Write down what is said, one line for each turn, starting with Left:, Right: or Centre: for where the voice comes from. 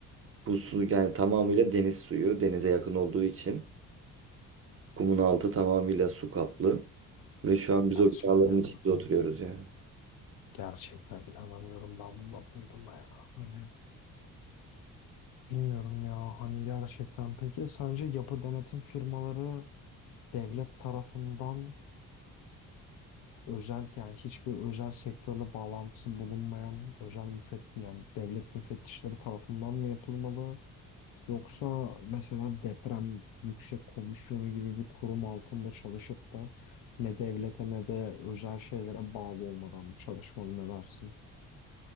Right: Bu su yani tamamıyla deniz suyu. Denize yakın olduğu için. Kumun altı tamamıyla su kaplı. Ve şu an biz
Left: Gerçekten
Right: o binaların içinde oturuyoruz yani.
Left: gerçekten inanamıyorum ben bununla duyduğuma ya. Hani bilmiyorum ya hani gerçekten. Peki sence yapı denetim firmaları devlet tarafından özel yani hiçbir özel sektörle bağlantısı bulunmayan özel müfett yani devlet müfettişleri tarafından mı yapılmalı? Yoksa mesela deprem yüksek komisyonu gibi bir kurum altında çalışıp da ne devlete ne de özel şeylere bağlı olmadan mı çalışmalı ne dersin?